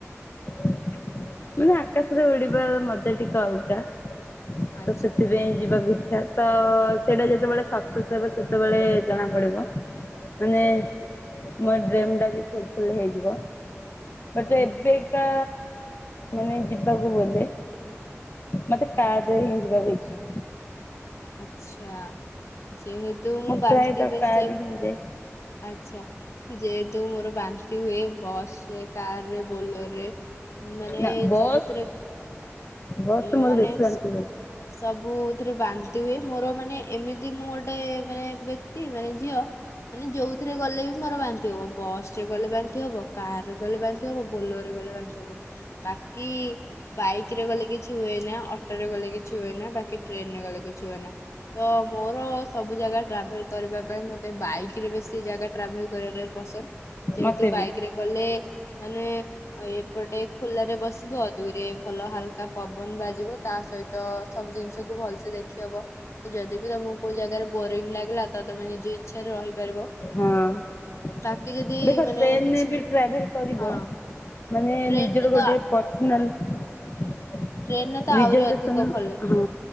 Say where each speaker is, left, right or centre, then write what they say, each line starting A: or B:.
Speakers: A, on the left; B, on the left.
A: ମାନେ ଆକାଶରେ ଉଡିବା ମଜା ଟିକେ ଅଲଗା।
B: ଆଚ୍ଛା
A: ତ ସେଥିପାଇଁ ଯିବାକୁ ଇଚ୍ଛା। ତ ସେଇଟା ଯେତେବେଳେ ସକ୍ସେସ୍ ହବ ସେତେବେଳେ ଜଣା ପଡିବ ମାନେ ମୋ ଡ୍ରିମି ଟା ବି ଫୁଲୁଫିଲ୍ ହେଇଯିବ ମତେ
B: ଆଚ୍ଛା
A: ଏବେକା ମାନେ ଯିବାକୁ ବୋଧେ ମତେ କାରେ ହିଁ ଯିବାକୁ ଇଚ୍ଛା।
B: ଆଛା ଯେହେତୁ ମୁଁ ବାନ୍ତି
A: ପ୍ରାୟତଃ
B: ପେସେଣ୍ଟେ।
A: କାର ରେ ହିଁ ମୁଁ ଯାଏ।
B: ଆଚ୍ଛା ଯେହେତୁ ମୋର ବା ବନ୍ତି ହୁଏ ବସରେ କାରରେ ବୋଲୋରରେ ମାନେ
A: ନା ବସ୍
B: ସବୁଥିରେ।
A: ବସ୍
B: ଉଁ
A: ରେ ମୋର
B: ମାନେ
A: ବେଶୀ ବାନ୍ତି
B: ସେ
A: ହୁଏ।
B: ସବୁଥିରେ ବାନ୍ତି ହୁଏ ମୋର ମାନେ ଏମିତି ମୁଁ ଗୋଟେ ମାନେ ବ୍ୟକ୍ତି ମାନେ ଝିଅ। ମାନେ ଯୋଉଥିରେ ଗଲେ ବି ମୋର ବାନ୍ତି ହବ ବସରେ ଗଲେ ବାନ୍ତି ହବ କାର ରେ ଗଲେ ବାନ୍ତି। ବାନ୍ତି ହବ ବୋଲରରେ ଗଲେ ବାନ୍ତି ହବ ବାକି ବାଇକି ରେ ଗଲେ କି କିଛି ହୁଏ ନା ଅଟୋ ରେ ଗଲେ କିଛି ହୁଏ ନା ବାକି ଟ୍ରେନେ ରେ ଗଲେ କିଛି ହୁଏ ନା। ତ ମୋର ସବୁ ଜାଗା ଟ୍ରାଭେଲେ କରିବା ପାଇଁ ମତେ ବାଇକି ରେ ବେଶୀ ଜାଗା ଟ୍ରାଭେଲେ କରିବା ପାଇଁ ପସନ୍ଦ। ଯେହେତୁ
A: ମତେ
B: ବାଇକି
A: ବି
B: ରେ ଗଲେ ମାନେ ଏପଟେ ଖୋଲରେ ବସିବ ଦୁଇରେ ଭଲ ହାଲକା ପବନ ବାଜିବ ତା ସହିତ ସବୁ ଜିନିଷ କୁ ଭଲସେ ଦେଖି ହବ। ଯଦି ବିି ତମକୁ କୋଉ ଜାଗାରେ ବୋରିଙ୍ଗି ଲାଗିଲା ତ ତମେ ନିଜେ ଇଚ୍ଛାରେ ରହିପାରିବ।
A: ହଁ ଅଁ
B: ବାକି ଯଦି
A: ଦେଖ
B: ମାନେ
A: ଟ୍ରେନେରେ
B: କିଛି
A: ବି ଟ୍ରାଭେଲ କରିବ।
B: ହଁ
A: ମାନେ
B: ଟ୍ରେନରେ
A: ନିଜର ଗୋଟେ
B: ତ
A: ପର୍ସନାଲ
B: ଟ୍ରେନରେ ତ
A: ରିଜର୍ଭସନ
B: ଆହୁରି ଅଧିକ ଭଲ
A: ହଁ